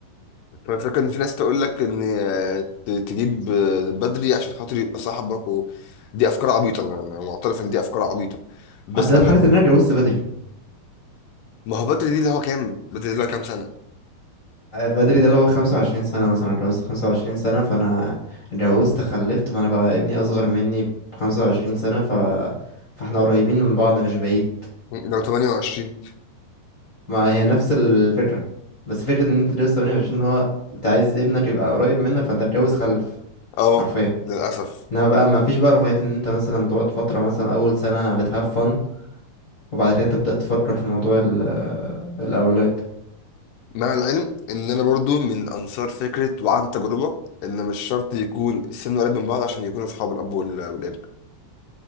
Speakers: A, on the left (about 85°); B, on the left (about 40°).
A: فالفكره ان في ناس تقول لك ان آه، ت- تجيب آه، بدري عشان خاطر يبقى صاحبك ودي افكار عبيطه انا أنا معترف ان دي افكار عبيطه بس
B: ده
A: انا
B: في حالة ان انا اتجوزت بدري
A: ما هو بدري دي اللي هو كام بدري دي اللي هو كام سنه
B: بدري ده اللي هو خمسة وعشرين سنة مثلا أنا اتجوزت خمسة وعشرين سنة فأنا اتجوزت خلفت فأنا بقى ابني أصغر مني بخمسة وعشرين سنة ف... فاحنا قريبين من بعض مش بعيد
A: لو 28
B: ما هي نفس الفكرة بس فكرة إن أنت تتجوز تمانية وعشرين اللي هو أنت عايز ابنك يبقى قريب منك فأنت اتجوز خلف
A: اه
B: حرفيا
A: للاسف
B: انما بقى ما فيش بقى رفاهية ان انت مثلا تقعد فترة مثلا اول سنة بتهاف فن وبعد كده تبدأ تفكر في موضوع ال- آه، الاولاد
A: مع العلم ان انا برضو من انصار فكره وعن تجربه ان مش شرط يكون السن قريب من بعض عشان يكونوا اصحاب الاب وال- والابن